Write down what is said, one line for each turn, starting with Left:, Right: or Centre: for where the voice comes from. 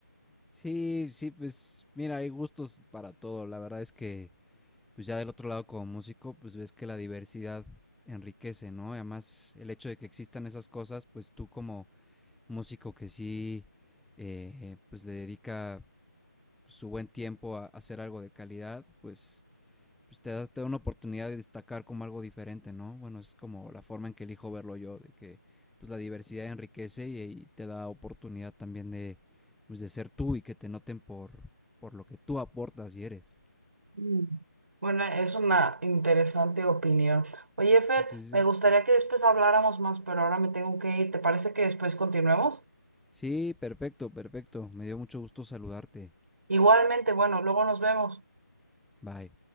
Centre: Sí, sí, pues mira, hay gustos para todo. La verdad es que, pues ya del otro lado como músico, pues ves que la diversidad enriquece, ¿no? Y además, el hecho de que existan esas cosas, pues tú como músico que sí, eh, pues le dedica su buen tiempo a hacer algo de calidad, pues, pues te, da, te da una oportunidad de destacar como algo diferente, ¿no? Bueno, es como la forma en que elijo verlo yo, de que pues la diversidad enriquece y, y te da oportunidad también de, pues, de ser tú y que te noten por, por lo que tú aportas y eres.
Right: Mm. Bueno, es una interesante opinión. Oye, Fer,
Centre: Sí, sí,
Right: me
Centre: sí.
Right: gustaría que después habláramos más, pero ahora me tengo que ir. ¿Te parece que después continuemos?
Centre: Sí, perfecto, perfecto. Me dio mucho gusto saludarte.
Right: Igualmente, bueno, luego nos vemos.
Centre: Bye.